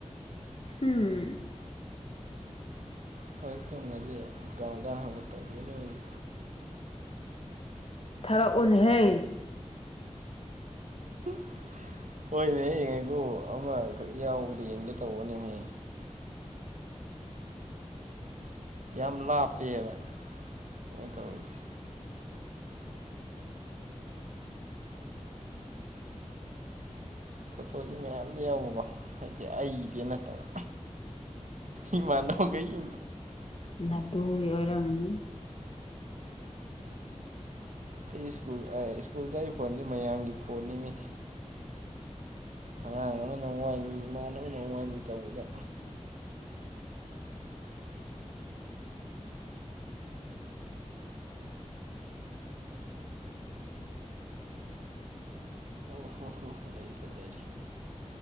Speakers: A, on the left; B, on the right.
A: ꯍꯝ
B: ꯍꯣꯏ ꯑꯗꯨꯅꯨꯡ ꯉꯗꯤ ꯀꯥꯎꯒꯥꯟ ꯍꯕ ꯇꯅ ꯑꯣꯏ
A: ꯊꯔ ꯑꯣꯟꯅ ꯍꯦ
B: <inaudible> ꯍꯣꯏꯅꯦ ꯌꯦꯡꯉꯒ ꯑꯃꯈꯛ ꯌꯥꯎꯕ꯭ꯔ ꯌꯦꯡꯒꯦ ꯇꯧꯕꯅꯤꯅꯦ ꯌꯥꯝ ꯂꯥꯞꯄꯦꯕ ꯑꯗꯨꯃꯥꯏꯅ ꯇꯧꯔꯤꯁꯦ ꯐꯣꯇꯣꯁꯤ ꯃꯌꯥꯝ ꯌꯥꯎꯕꯀꯣ ꯍꯥꯏꯗꯤ ꯑꯩꯒꯤꯗꯤ ꯅꯠꯇꯕ ꯏ ꯃꯥꯅꯧ ꯀ ꯏ
A: ꯅꯠꯇꯨ ꯑꯣꯏꯔꯥ ꯃꯅꯤ
B: ꯑꯩ ꯁ꯭ꯀꯨꯜ ꯁ꯭ꯀꯨꯜꯗ ꯑꯩ ꯐꯣꯟꯗ ꯃꯌꯥꯝꯒꯤ ꯐꯣꯟꯅꯤꯃꯤ ꯑꯉꯥꯡ ꯑꯃꯅ ꯅꯨꯡ ꯋꯥꯏꯅꯤ ꯏꯃꯥꯟꯅꯕꯅ ꯅꯨꯡ ꯋꯥꯥꯏꯅꯤ ꯇꯧꯕꯗ ꯑꯣ ꯍꯣ ꯍꯣ ꯍꯣꯏ ꯂꯩꯔꯦ ꯂꯩꯔꯦ